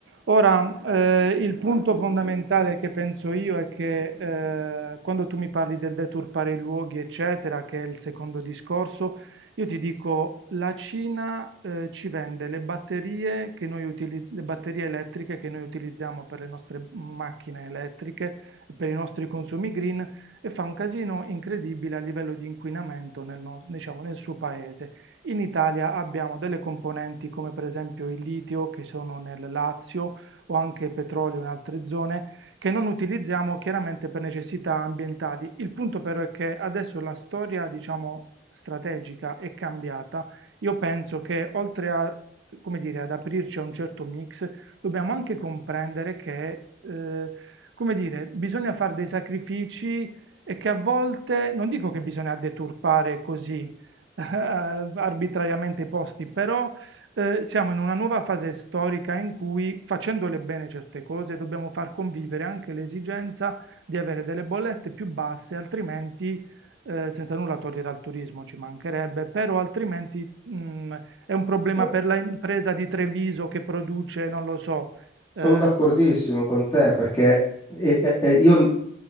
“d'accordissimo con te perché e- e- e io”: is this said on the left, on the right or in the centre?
Left